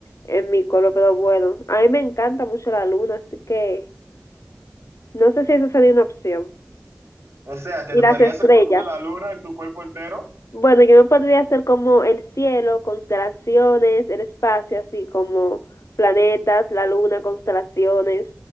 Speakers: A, on the left; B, on the right.
A: en mi color, pero bueno, a mí me encanta mucho la luna, así que no sé si eso sería una opción.
B: O sea, ¿te
A: Y
B: tatuarías
A: las estrellas.
B: el color de la luna en tu cuerpo entero?
A: Bueno, yo me podría hacer como el cielo, constelaciones, el espacio, así como planetas, la luna, constelaciones.